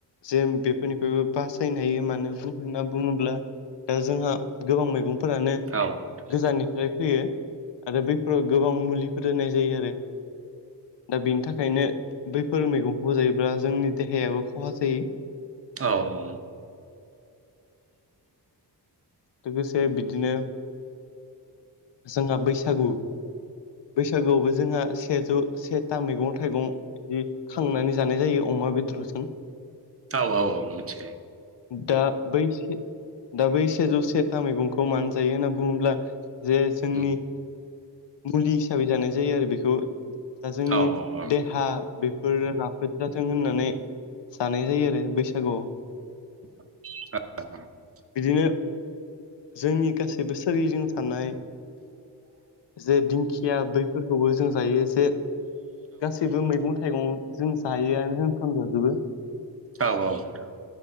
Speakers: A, on the left (about 80°); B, on the right (about 35°).
A: जे बेफोरनिफ्रायबो बासायनो हायो मानो होनना बुङोब्ला दा जोंहा गोबां मैगं फोरानो
B: औ औ
A: गोजाननिफ्राय फैयो आरो बैफोराव गोबां मुलिफोर होनाय जायो आरो। दा बिनि थाखायनो बैफोर मैगंखौजायोब्ला जोंनि देहायाबो खहा जायो।
B: औ
A: लोगोसे बिदिनो जोंहा बैसागु बैसागुआवबो जोंहा सेजौ सेथा मैगं थाइगं बिदि खांनानै जानाय जायो अमा बेदरजों।
B: औ औ मिथिदों।
A: दा बैसे दा बै सेजौ से था मैगंखौ मानो जायो होनना बुङोब्ला जे जोंनि
B: उम औ
A: मुलि हिसाबै जानाय जायो आरो बेखौ दा जोंनि
B: औ औ
A: देहा बे बोलो राफोद जाथों होननानै जानाय जायो आरो बैसागुआव।
B: <unintelligible>
A: बिदिनो जोंनि गासैबो सोरगिदिं थानाय जे दिंखिया बैफोरखौबो जों जायो जे गासैबो मैगं थाइगं जों जायोआनो होनफ्राम जाजोबो।
B: औ औ नोंथां